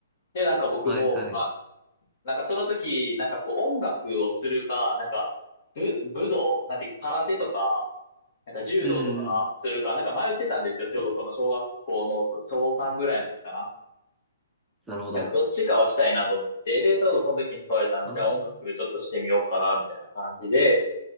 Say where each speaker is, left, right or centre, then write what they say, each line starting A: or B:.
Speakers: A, on the left; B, in the centre.
A: で、なんか僕も、
B: はいはい。
A: まあ、なんかその時、なんかこう音楽をするか、なんか武、武道、なんていうか空手とか、なんか柔道とかするか、
B: うんうん。
A: なんか迷ってたんですよ。ちょうどその小学校のそう小3ぐらいの時かな。
B: なるほど。
A: なんかどっちかはしたいなと思ってて、で、ちょうどその時に誘われたんで、
B: ああ、
A: じゃあ音楽ちょっとしてみようかな、みたいな感じで、